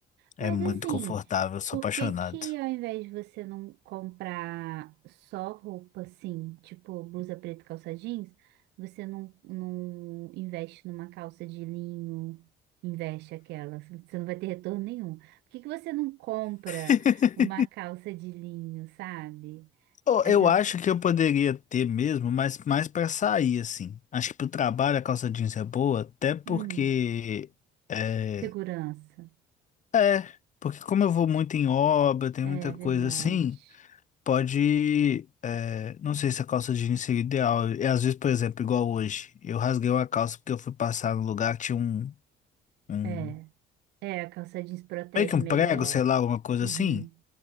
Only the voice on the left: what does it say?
É
muito
confortável, sou
apaixonado.
<laughs>
Oh,
Eu acho que eu poderia ter mesmo, mas mais pra sair, assim. Acho que pro trabalho a calça jeans é boa, até porque.
É,
é, porque como eu vou muito em obra, tem
muita
coisa assim, pode. é, não sei se a calça jeans seria ideal. E às vezes, por exemplo, igual hoje, eu rasguei uma calça porque eu fui passar no lugar que tinha um, um.
Meio que um
prego, sei lá, alguma coisa
assim,